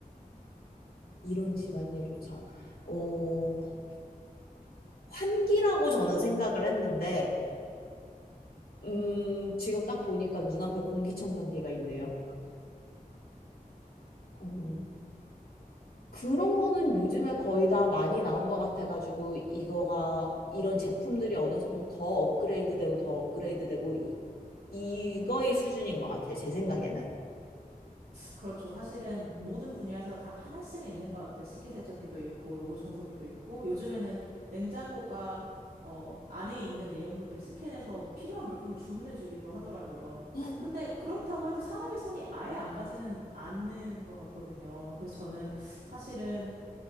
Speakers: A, on the left; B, on the right.
A: 이런 집안일조차 어 환기라고 저는 생각을 했는데 음, 지금 딱 보니까 눈앞에 공기청정기가 있네요. 음, 그런 거는 요즘에 거의 다 많이 나온 것 같아가지고, 이거가, 이런 제품들이 어느 정도 더 업그레이드 되고, 더 업그레이드 되고, 이거의 수준인 것 같아요. 제 생각에는.
B: 그렇죠. 사실은 모든 분야에서 다 하나씩은 있는 것 같아요. 식기세척기도 있고, 로봇 청소기도 있고, 요즘에는 냉장고가, 어, 안에 있는 내용물들을 스캔해서 필요한 물품을 주문해주기도 하더라고요.
A: <gasps>
B: 근데 그렇다고 해도 사람의 손이 아예 안 가지는 않는 것 같거든요. 그래서 저는 사실은